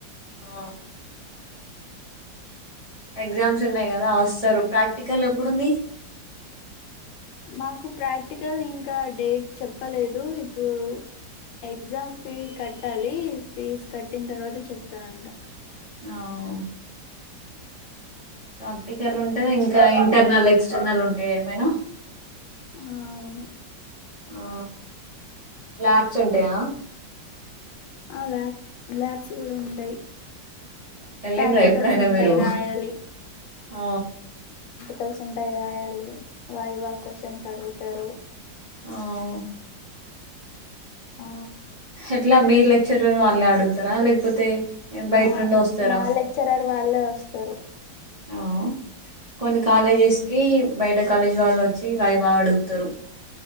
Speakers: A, on the right; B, on the left.
A: ఆ ఎగ్జామ్స్ ఉన్నాయి కదా వస్తారు ప్రాక్టికల్ ఎప్పుడుంది
B: మాకు ప్రాక్టికల్ ఇంకా డేట్ చెప్పలేదు ఇప్పుడు ఎగ్జామ్ ఫీ కట్టాలి ఫీజ్ కట్టిన తర్వాత చెప్తారంట
A: అఓ ప్రాక్టికల్ ఉంటది ఇంకా ఇంటర్నల్ ఎక్స్టర్నల్ ఉంటాయా ఏమైనా
B: ఆ అవును
A: ఆ ల్యాబ్స్ ఉంటాయా
B: ఆ ల్యాబ్ ల్యాబ్స్ కూడా ఉంటాయి
A: వెళ్ళిండ్రా
B: ప్రాక్టికల్స్
A: ఎప్పుడైనా
B: ఉంటాయి
A: మీరు
B: రాయాలి
A: ఆ
B: కలిసుంటాయి రాయాలి వయివా క్వశ్చన్స్ అడుగుతరు
A: ఆవ్
B: ఆ
A: ఎట్లా మీ లెక్చరర్ వాళ్ళు అడుగుతారా లేకపోతే బయట
B: ఆ
A: నుండి వస్తారా
B: మా లెక్చరర్ వాళ్ళే వస్తారు
A: ఆ కొన్ని కాలేజెస్ కి బయట కాలేజీ వాళ్ళు వచ్చి వైవా అడుగుతారు